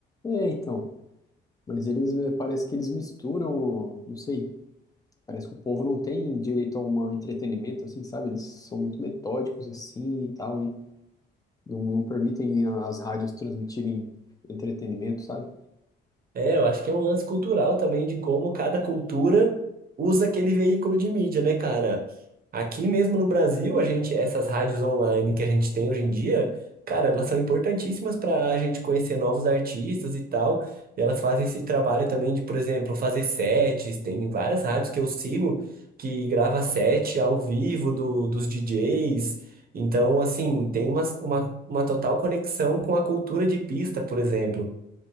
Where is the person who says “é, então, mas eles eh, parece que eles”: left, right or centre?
Left